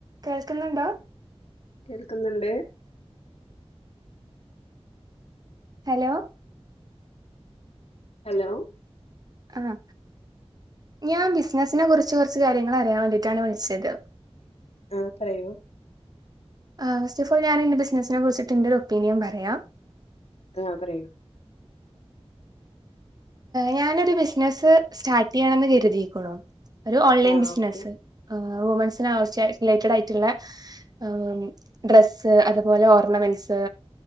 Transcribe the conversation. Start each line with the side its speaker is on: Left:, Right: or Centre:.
Right: കേൾക്കുന്നുണ്ടോ?
Left: കേൾക്കുന്നുണ്ട്.
Right: Hello?
Left: Hello?
Right: ആ ഞാൻ ബിസിനസിനെ കുറിച്ച് കുറച്ച് കാര്യങ്ങൾ അറിയാൻ വേണ്ടിയിട്ടാണ് വിളിച്ചത്.
Left: ആഹ് പറയൂ.
Right: ആഹ ഫസ് ഓഫ്ഓൾ ഞൻന്റെ ബസിനസിനെ കുറിച്ചിട്ടു എൻ്റെ ഒരു ഒപ്പീനിയ പറയാം.
Left: ആ പറയൂ
Right: ഞാനൊ ഒരു ബിസിനസ്സ് സ്റ്റാർട്ട് ചെയ്യാണെന്ന് കരുതിയിക്കണോ ഒരു ഓൺലൈൻ
Left: ആ
Right: ബിസിനസ്സ്.
Left: ഓക്കെ
Right: ആ് മനസിലായി ചാരിറ്റിലേറ്റഡ് ആയിട്ടുള്ള. ആ ഡ്രസ്സ് അതുപോലെ ഓർണമെന്റ്സ്.